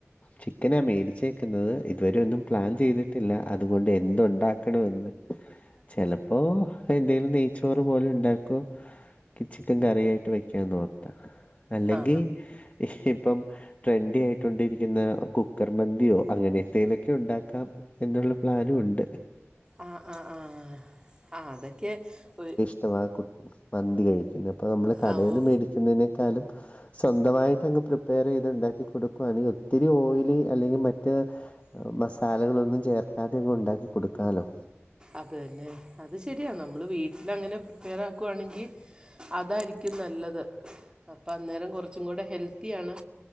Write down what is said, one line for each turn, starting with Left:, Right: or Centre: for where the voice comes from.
Left: ചിക്കനാ മേടിച്ചേ ക്കുന്നത് ഇതുവരെ ഒന്നും പ്ലാൻ ചെയ്തിട്ടില്ല അതുകൊണ്ട് എന്ത് ഉണ്ടാക്കണൊന്ന് ചെലപ്പോ എന്തേലും നെയ്ച്ചോറ് പോലെ ഉണ്ടാക്കോ ചിക്കൻ കറി ആയിട്ട് വെക്കാന്ന് ഓർത്ത അല്ലെങ്കിൽ
Right: ആ
Left: ഇപ്പം ട്രെൻഡി ആയിക്കൊണ്ടിരിക്കുന്ന കു ക്കർ മന്തിയോ അങ്ങനെത്തേലൊക്കെ ഉണ്ടാക്കാം എന്നുള്ള പ്ലാനും ഉണ്ട്.
Right: ആഹ് ആഹ് ആഹ് ആഹ് അതൊക്കെ ഒ
Left: ഇഷ്ടവാ കു മന്തി കഴിക്കുന്നത് അപ്പൊ നമ്മള് കടേന്ന്
Right: ആ ഓ
Left: മേടിക്കുന്നതിനേക്കാളും സ്വന്തമായിട്ട് അങ്ങ് പ്രിപ്പയർ ചെയ്ത് ഉണ്ടാക്കി കൊടുക്കുവാണെങ്കിൽ ഒത്തിരി ഓയില് അല്ലെങ്കിൽ മ റ്റേ മസാലകളൊന്നും ചേർക്കാതെ അങ്ങ് ഉണ്ടാക്കി കൊടുക്കാലോ.
Right: അത് തന്നെ. അത് ശരിയാ നമ്മള് വീട്ടിലു അങ്ങനെ പ്രിപ്പയർ ആക്കുവാണെങ്കി അതായിരിക്കും നല്ലത്. അപ്പം അന്നേരം കുറച്ചും കൂടെ ഹെൽത്തിയാണ്